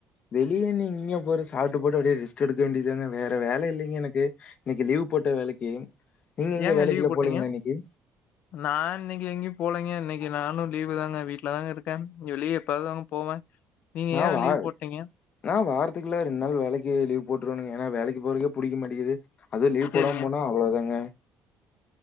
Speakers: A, on the left (about 40°); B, on the left (about 55°).
A: வெளியே நீ இங்க போற சாப்பிட்டு போட்டு அப்படியே ரெஸ்ட் எடுக்க வேண்டியதுதாங்க வேற வேலை இல்லைங்க எனக்கு இன்னைக்கு லீவ் போட்ட வேலைக்கு நீங்க எங்க
B: ஏங்க
A: வேலைக்குலா
B: லீவு் போட்டீங்க
A: போலீங்களா இன்னைக்கு
B: நான் இன்னைக்கு எங்கி போலங்க இன்னைக்கு நானும் லீவு் தாங்க வீட்டுல தாங்க இருக்கேன் வெளிய எப்பயாவதுதாங்க போவேன். நீங்க
A: நான்
B: ஏன்
A: வா
B: லீவ் போட்டீங்க?
A: நான் வாரத்துக்குல ரெண்டு நாள் வேலைக்கு லீவ் போட்டுவிடுவானுங்க ஏன்னா வேலைக்கு போறக்கே புடிக்க மாட்டிது அதுவும் லீவ்
B: சேரிங்க.
A: போடாம போனா அவ்வளவு தாங்க